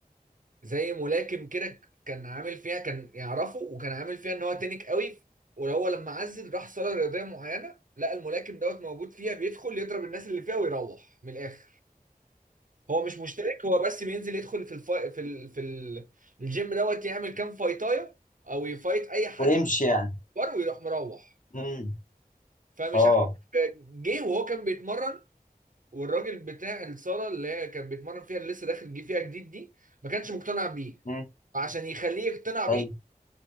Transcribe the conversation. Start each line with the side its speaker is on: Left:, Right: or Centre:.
Right: زي ملاكم كده كان عامل فيها كان يعرفه وكان عامل فيها ان هو تنك قوي وهو لما عزل راح صاله رياضيه معينه لقى الملاكم دوت موجود فيها بيدخل يضرب الناس اللي فيها ويروح من الاخر هو مش مشترك هو بس بينزل يدخل في الفا... في ال... في ال... الجيم دوت يعمل كام فايتايه او يفايت اي حد
Left: ويمشي يعني
Right: اكبر ويروح مروح
Left: امم
Right: فمش
Left: اه
Right: عارف جه وهو كان بيتمرن والراجل بتاع الصاله اللي هي كان بيتمرن فيها اللي لسه داخل جه فيها جديد دي ما كانش مقتنع بيه
Left: امم
Right: فعشان يخليه يقتنع
Left: حلو
Right: بيه